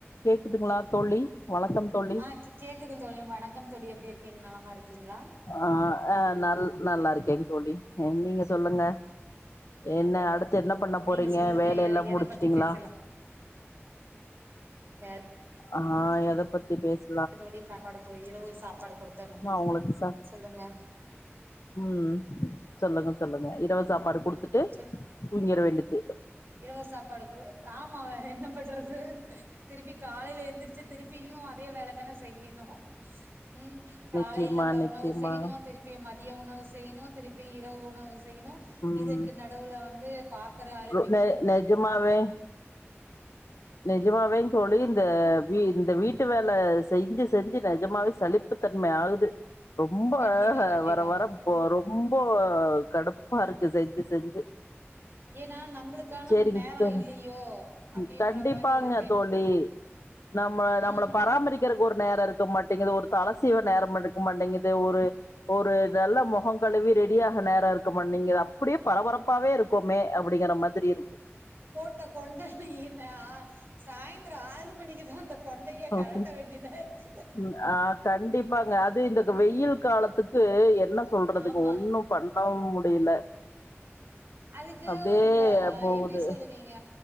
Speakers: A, on the left; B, on the right.
A: கேக்குதுங்ளா தோழி வணக்கம் தோழி
B: ஆ கேக்குது தோழி வணக்கம் தோழி எப்டி இருக்கீங்க நலமா இருக்கீங்ளா
A: ஆ அ நல் நல்லாருக்கேங் தோழி நீங்க சொல்லுங்க
B: சொல்லுங்க
A: என்ன அடுத்து என்ன பண்ண போறீங்க
B: நீங்க சொல்லுங்க
A: வேல
B: எத
A: எல்லா
B: எத
A: முடிச்சுட்டீங்களா
B: பத்தி பேசலா வேல
A: ஆ எத பத்தி பேஸ்
B: அது வழி சாப்பாடு இரவு சாப்பாடு குடுத்தர்ணு
A: நா உங்களுக்கு ச
B: சொல்லுங்க
A: ம் சொல்லுங்க சொல்லுங்க இரவு சாப்பாடு குடுத்துட்டு
B: சொல்
A: தூங்கிட வேண்டிது
B: இரவு சாப்பாடு ஆமா வேற என்ன பண்றது திருப்பி காலையில எந்திரிச்சு திருப்பியும் அதே வேல தானே செய்யணு ம் காலையில
A: நிச்சயமா நிச்சயமா
B: உணவு செய்யணு திருப்பியு மத் மதிய உணவு செய்ணு திருப்பி இரவு உணவு செய்ணு
A: ம்
B: இதுக்கு நடுவுல வந்து பாத்தர அலம்பி
A: ந நெஜமாவே நெஜமாவேங் தோழி இந்த வீ இந்த வீட்டு வேல செய்ஞ்சு செஞ்சு நெஜமாவே சலிப்பு தன்ம ஆகுது ரொம்ப
B: கண்டிப்பா கண்டிப்பா
A: வர வர இப்ப ரொம்ப கடுப்பா இருக்கு செஞ்சு செஞ்சு
B: ஏன்னா நம்மளுக்கான
A: செரி
B: நேரம்
A: இப்போ
B: இல்லையோ அப்படின்ற
A: ம் கண்டிப்பாங்க
B: மாதிரி இருக்கு
A: தோழி நம்ம நம்மள
B: ஆஹ்
A: பராமரிக்கிற க்கு ஒரு நேரம் இருக்க மாட்டேங்குது ஒரு தலசீவ நேரம் இருக்க மாட்டேங்குது ஒரு ஒரு நல்ல முகம் கழுவி ரெடியாக நேரம் இருக்கு மாட் நீங்க அப்படியே பரபரப்பாவே இருக் குமே அப்படிங்கிற மாதிரி இருக்கு
B: இந்த கண் திருஷ்டி ஈன்னா சாய்ந்தரோ ஆறு மணிக்குதா அந்த கொண்டைய
A: இருக்கு
B: கழட்ட வேண்டிதா இருக்கு
A: ம் ஆ கண்டிப்பாங்க அது இந்த து
B: ஏ,
A: வெயில் காலத்துக் கு என்ன சொல்றதுங்க
B: ஆமா
A: ஒண்ணும் பண்ணவு முடியல
B: அதுக்கு
A: அப்டியே
B: இந்த
A: போகுது.
B: எப்டி சொல்லுவீங்க